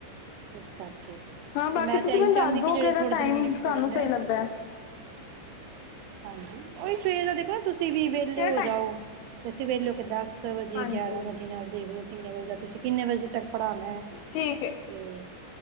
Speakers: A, on the right; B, on the left.
A: ਇਸ ਕਰਕੇ
B: ਹਾਂ ਬਾਕੀ
A: ਤੇ ਮੈਂ
B: ਤੁਸੀਂ
A: ਤੇ ਇਹੀ
B: ਮੈਨੂੰ
A: ਚਾਹੁੰਦੀ,
B: ਦੱਸ
A: ਕਿ
B: ਦੋ
A: ਜਿਹੜੇ
B: ਕਿਹੜਾ
A: ਥੋੜੇ
B: ਟਾਈਮ
A: ਦਿਨ ਉਹਨੇ
B: ਤੁਹਾਨੂੰ
A: ਪੜ੍ਹਨਾ
B: ਸਹੀ
A: ਏ
B: ਲੱਗਦਾ ਹੈ
A: ਹਾਂਜੀ, ਉਹੀ ਸਵੇਰ ਦਾ ਦੇਖੋ ਨਾ, ਤੁਸੀਂ ਵੀ ਵਿਹਲੇ
B: ਕਿਹੜਾ
A: ਹੋ
B: ਟਾਈਮ
A: ਜਾਓ ਫੇਰ ਅਸੀਂ ਵੇਖ ਲਓ, ਕਿ ਦਸ ਵਜੇ,
B: ਹਾਂਜੀ
A: ਗਿਆਰਾਂ ਵਜੇ ਨਾਲ ਦੇਖ ਲਓ, ਕਿੰਨੇ ਵਜੇ ਦਾ ਤੁਸੀਂ ਕਿੰਨੇ ਵਜੇ ਤੱਕ ਪੜ੍ਹਾਉਣਾ
B: ਠੀਕ ਹੈ
A: ਤੇ